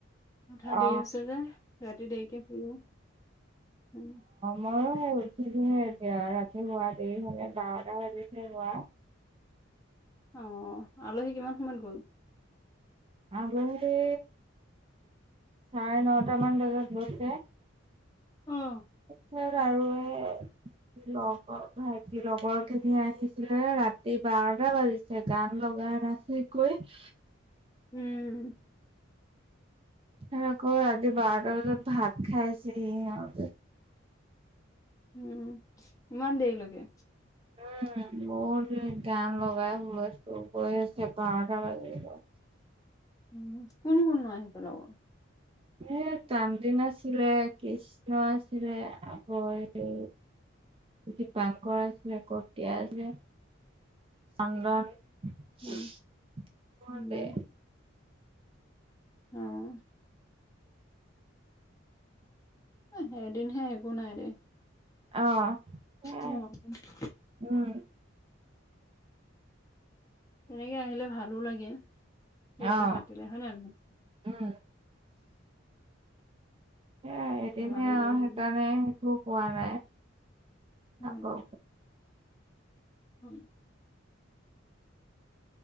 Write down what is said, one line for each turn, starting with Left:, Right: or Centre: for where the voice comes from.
Left: উঠা
Right: অ
Left: দেৰি হৈছে যে, ৰাতি দেৰিকে শুলো উম।
Right: মইও হে উঠিলোহে এতিয়া, ৰাতি শুৱা দেৰি হ'লে বাৰটা বাজিচে শুৱা
Left: অ', অহ' আলহী কিমান সময়ত গ'ল।
Right: আলহী চাৰে নটামান বজাত গৈছে।
Left: অ'
Right: <unintelligible> লগৰ ভাইটি লগৰ খিনি আহিছিলে, ৰাতি বাৰটা বাজিছে। গান লগাই নাচি নাচি কৰি।
Left: উম।
Right: সিহঁত আকৌ ৰাতি বাৰটা বজাত ভাত খাইছেহিহে, আহোঁতে
Left: উম, ইমান দেৰিলৈকে
Right: উম, বহুত গান লগাই হুলস্থূল কৰি আছে, বাৰটা বাজিল গৈ।
Left: উম, কোন কোন নো আহিছে লগত।
Right: এ ত্ৰন্তিম আছিলে, কৃষ কৃষ্ণ আছিলে, আৰু হেৰি দীপাংকৰ আছিলে, কতিয়া আছিলে, চন্দন হ'ব
Left: উম, উম।
Right: দে।
Left: উম। অই এদিনহে, একো নাই দে।
Right: অহ'।
Left: <unintelligible>
Right: সেয়াই উম।
Left: তেনেকে আহিলে ভালো লাগে, কিবা এটা
Right: অ
Left: পাতিলে হয় নে নহয়।
Right: উম। সেয়াই এদিনহে
Left: ধেমালি
Right: আৰু
Left: কৰি
Right: সেইকাৰণে
Left: মেলি
Right: একো কোৱা নাই
Left: উম,
Right: আকৌ।
Left: <unintelligible>